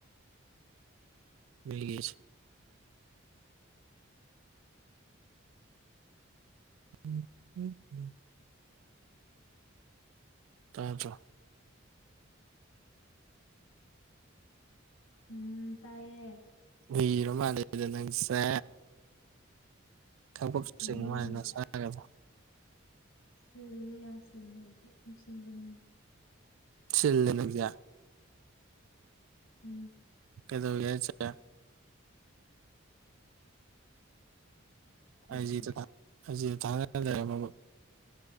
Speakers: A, on the right; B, on the left.
A: ꯃꯤꯒꯁꯤ ꯎꯝ ꯎꯝ ꯎꯝ ꯇꯥꯗꯔꯣ
B: ꯎ ꯇꯥꯏꯌꯦ
A: ꯎꯏꯔ ꯃꯜꯂꯦꯗꯥ ꯅꯡꯁꯦ ꯊꯕꯛ
B: ꯅꯠꯇꯤꯌꯦ
A: ꯆ ꯃꯥꯥꯏꯅ ꯁꯥꯡꯕ
B: ꯆꯤꯜꯂꯤ ꯌꯥꯝ ꯆꯂꯦ ꯑꯩꯗꯤ ꯌꯥꯝ ꯆꯟꯕ ꯃꯤꯅꯤ
A: ꯁꯤꯜꯂ ꯂꯅꯨꯡꯖꯌꯥ
B: ꯎꯝ
A: ꯀꯩꯗꯧꯔꯒꯦ ꯍꯥꯏꯁꯦ
B: ꯀꯣꯛ
A: ꯑꯥꯏꯖꯤ
B: ꯆꯤꯛꯑꯦ
A: ꯗ ꯊꯥꯒꯇꯂꯥ ꯂꯩꯔꯕꯔ꯭ꯕ